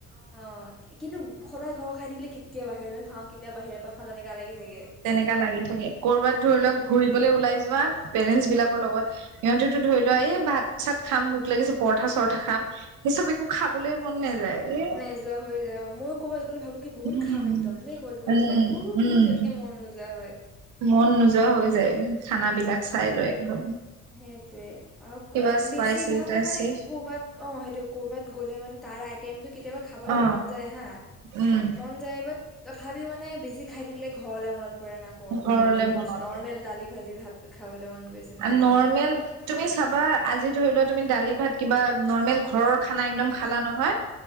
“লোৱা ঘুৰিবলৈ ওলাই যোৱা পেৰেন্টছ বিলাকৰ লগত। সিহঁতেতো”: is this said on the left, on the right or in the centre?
Right